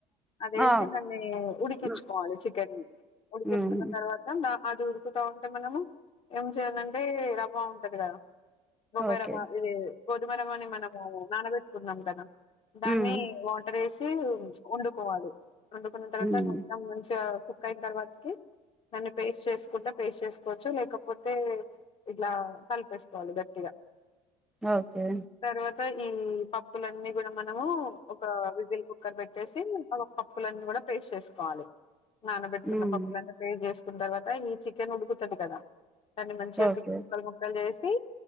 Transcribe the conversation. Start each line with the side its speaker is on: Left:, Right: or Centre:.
Left: అదేసి
Centre: ఆ,
Left: దాన్ని ఉడికించుకోవాలి
Centre: ఉమ్,
Left: చికెన్ ని ఉడికించుకున్న
Centre: ఉమ్,
Left: తర్వాత అది ఉడుకుతా ఉంటే మనము ఏం చేయాలంటే రవ్వ ఉంటది కదా బొంబాయి
Centre: ఓకే
Left: రవ్వ ఇది గోధుమ రవ్వ అని మనము నానబెట్టుకున్నాం కదా దాన్ని
Centre: ఉమ్,
Left: వాటర్ వేసి వండుకోవాలి వండుకున్న తర్వాత
Centre: ఉమ్,
Left: ఒకసారి మొత్తాం మంచిగా కుక్ అయిన తర్వాతకి దాన్ని పేస్ట్ చేసుకుంటే పేస్ట్ చేసుకోవచ్చు లేకపోతే ఇట్లా కలిపేసుకోవాలి గట్టి
Centre: ఓకే
Left: తర్వాత ఈ పప్పులన్నీ కూడా మనము ఒక విజిల్ కుక్కర్ పెట్టేసి పప్పులన్నీ కూడా పేస్ట్ చేసు కోవాలి నానబెట్టుకున్న
Centre: ఉమ్,
Left: పప్పులన్ని పేస్ట్ చేసు కున్న తర్వాత ఈ చికెన్ ఉడుకుతది కదా దాన్ని మంచిగా
Centre: ఓకే
Left: చికెన్ ముక్కలు ముక్కలు చేసి పే